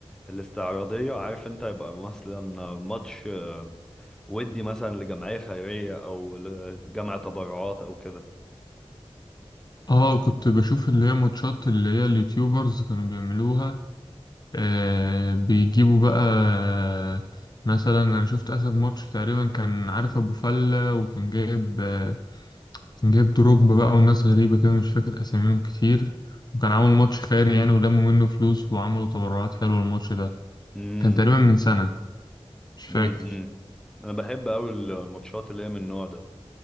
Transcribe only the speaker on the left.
اه كنت بشوف اللي هي ماتشات اللي هي اليوتيوبرز كانوا بيعملوها آه بيجيبوا بقى آه، مثلا انا شفت اخر ماتش تقريبا كان عارف ابو فلة وكان جايب آه كان جايب دروجبا بقى وناس غريبة كده مش فاكر اساميهم كتير وكان عامل ماتش خيري يعني ولموا منه فلوس وعملوا تبرعات حلوة الماتش ده
كان تقريبا من سنة مش فاكر